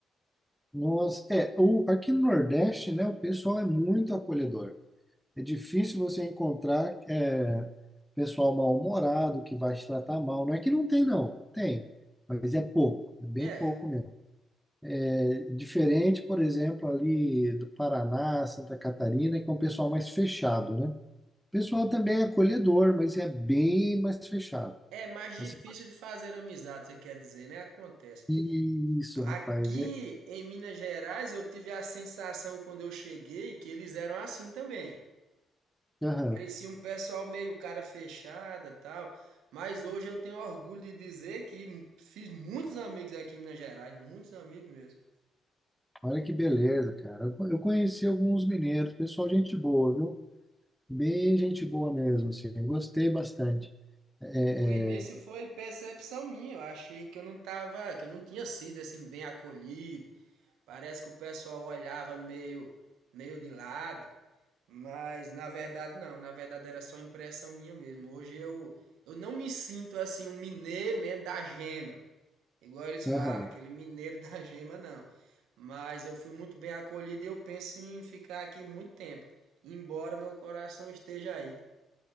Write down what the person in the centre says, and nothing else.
Nossa, é, o, aqui no Nordeste, né, o pessoal é muito acolhedor. É difícil você encontrar é, pessoal mal-humorado que vai te tratar mal. Não é que não tem, não. Tem, mas é pouco, é bem
pouco mesmo. É diferente, por exemplo, ali do Paraná, Santa Catarina, que é um pessoal mais fechado, né? O pessoal também é acolhedor, mas é bem mais fechado.
Nossa,
isso,
rapaz. É...
aham.
Olha que beleza, cara. Eu co- eu conheci alguns mineiros, pessoal, gente boa, viu? Bem gente boa mesmo, assim. Gostei bastante. É,
é,
aham.